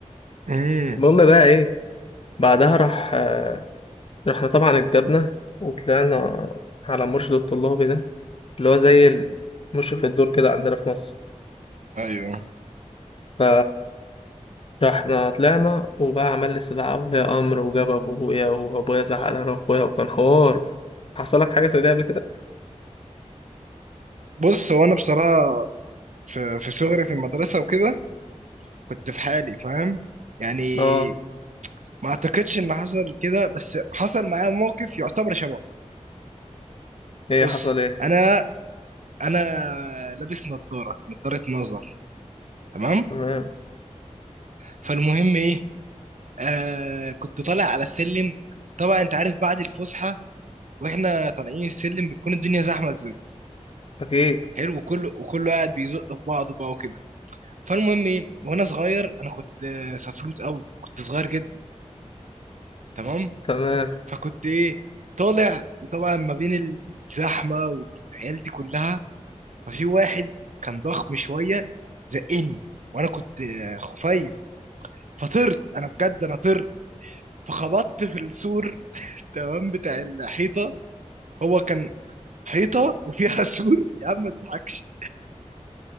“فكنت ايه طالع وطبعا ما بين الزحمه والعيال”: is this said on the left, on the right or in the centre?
Right